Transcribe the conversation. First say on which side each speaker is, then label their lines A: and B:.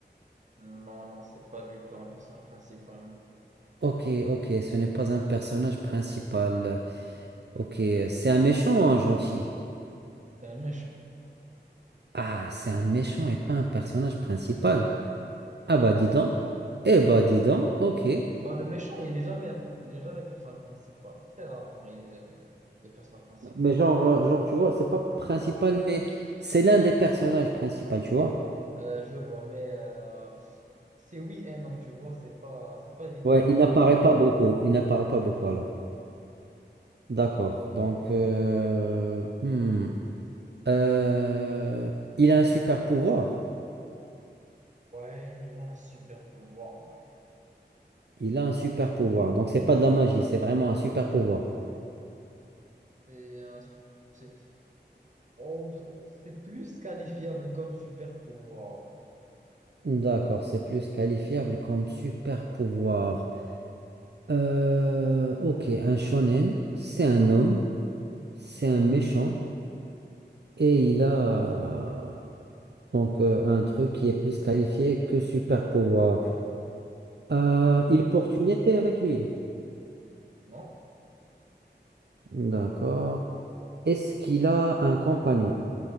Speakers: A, on the right; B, on the right.
A: Non, non, c'est pas du tout un personnage principal. non.
B: Ok, ok, ce n'est pas un personnage principal. Ok, c'est un méchant, ou un gentil.
A: C'est un méchant.
B: Ah, c'est un méchant et pas un personnage principal. Ah bah dis donc. Eh bah dis donc, ok.
A: Bah, le méchant, il n'est jamais, il n'est jamais personnage principal. Très rarement, il est euh, le personnage principal.
B: Mais genre, euh, genre tu vois, c'est pas principal, mais c'est l'un des personnages principaux, tu vois.
A: Euh, je vois, mais euh, c'est oui et non, tu vois, c'est pas, c'est pas évident
B: Ouais,
A: à répondre
B: il n'apparaît
A: à cette question.
B: pas beaucoup. Il n'apparaît pas beaucoup alors. D'accord. Donc, euh, hmm. Euh, il a un super pouvoir.
A: Ouais, il a un super pouvoir, ouais.
B: Il a un super pouvoir. Donc c'est pas de la magie, c'est vraiment un super pouvoir.
A: C'est un su- c'est oh, pff, c'est plus qualifiable comme super pouvoir, ouais.
B: D'accord, c'est plus qualifiable comme super pouvoir. Euh, ok, un shonen, c'est un homme, c'est un méchant, Et il a euh, donc euh, un truc qui est plus qualifié que super pouvoir. Euh,
A: Ouais.
B: il porte une épée avec lui.
A: Non?
B: D'accord. Est-ce qu'il a un compagnon?